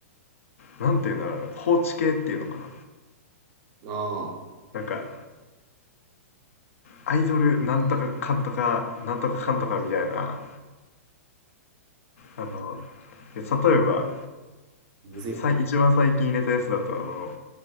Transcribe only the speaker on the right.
ああ、
むずい